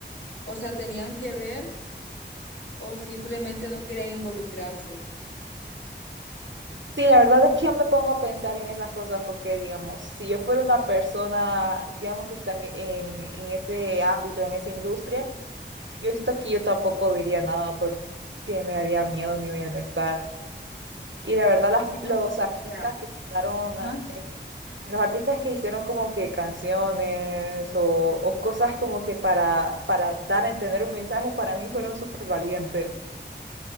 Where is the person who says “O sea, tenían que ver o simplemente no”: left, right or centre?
Left